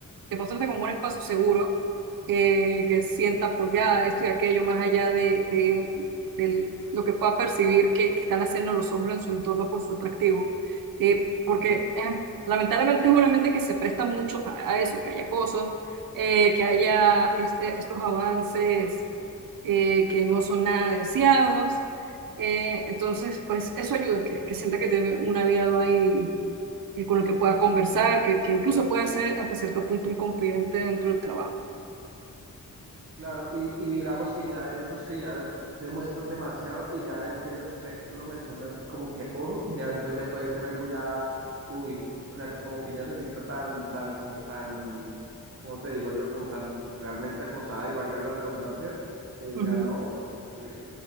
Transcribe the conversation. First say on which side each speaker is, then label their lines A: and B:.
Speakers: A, on the right (about 80°); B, on the right (about 45°).
A: de mostrarte como un espacio seguro, eh, que sientas pues ya esto y aquello, más allá de, de, del- lo que pueda percibir que, que están haciendo los hombres en su entorno por su atractivo. Eh,
B: Ujú.
A: porque eh, lamentablemente es una mente que se presta mucho a, a eso, que haya cosas, que haya este, estos avances eh, que no son nada deseados eh, entonces, pues eso ayuda, que, que sienta que tiene un aliado ahí y con el que pueda conversar, que, que incluso pueda ser hasta cierto punto un confidente dentro del trabajo.
B: Claro, y, y digamos que ya esos que ya demuestran demasiado y ya en serio, ya que tú lo mencionas que como que acoso, ya entonces ya puede ser algo ya, uy, o sea, como que ya se sienta tan, tan, como tan, como te digo yo, como tan realmente acosada y valga la redundancia, que diga,
A: Ujú.
B: no, eh,